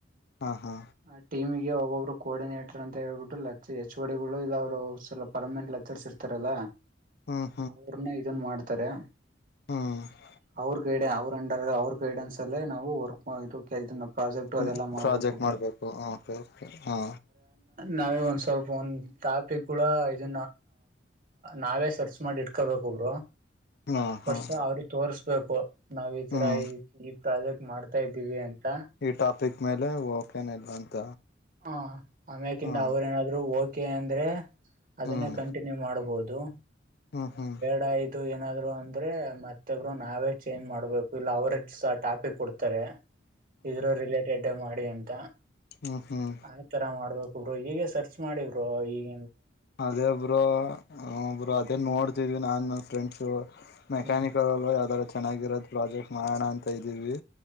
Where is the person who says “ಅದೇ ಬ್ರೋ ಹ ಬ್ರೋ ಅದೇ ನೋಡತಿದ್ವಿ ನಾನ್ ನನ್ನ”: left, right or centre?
Left